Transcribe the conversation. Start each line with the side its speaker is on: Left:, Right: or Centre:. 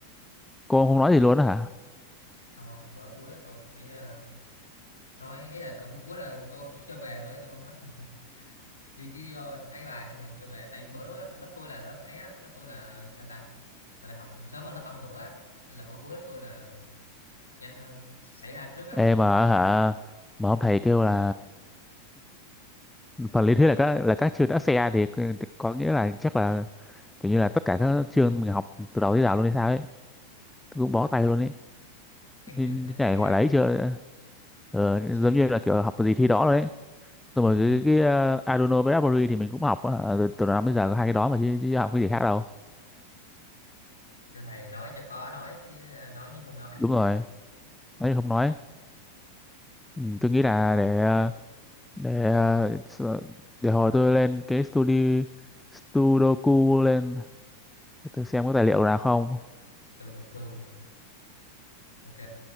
Centre: cô không nói gì luôn á hả
Left: không không bữa cuối là cô chỉ ờ, nói ấy là cô, bữa cuối là cô <laughs> cho về luôn ấy cô không nói <laughs> đi chỉ vô ấy bài xong rồi cho về tại vì bữa đó lớp tôi là lớp ấy á lớp tôi là sao ta gọi là học sớm hơn lớp ông bữa á. nên là bữa cuối lớp tôi là nhanh hơn xảy ra trước ông
Centre: em
Left: á
Centre: mà hả mà ông thầy kêu là phần lý
Left: sao
Centre: thuyết là các là các chương ASEAN thì c- có nghĩa là chắc là kiểu như là tất cả các chương mình học từ đầu tới giờ luôn hay sao ấy cũng bó tay luôn ấy
Left: các
Centre: như,
Left: chương
Centre: như
Left: đạp xe
Centre: này gọi là ấy chưa ờ,
Left: thiệt
Centre: giống
Left: chị
Centre: như
Left: ạ.
Centre: là kiểu học gì thi đó rồi ấy rồi
Left: ừ.
Centre: mà cái, cái ờ, Arduino với Raspberry thì mình cũng học á, ờ, từ, từ năm tới giờ có hai cái đó mà chứ, chứ học cái gì khác đâu
Left: cho thầy nói cho có nói chứ à, nói như không nói
Centre: đúng rồi nói thì không nói ừ, tôi nghĩ là để ờ, để ờ, s- ờ, để hồi tôi lên cái studio Sudoku lên Để tôi xem có tài liệu nào không
Left: từ được cừu ok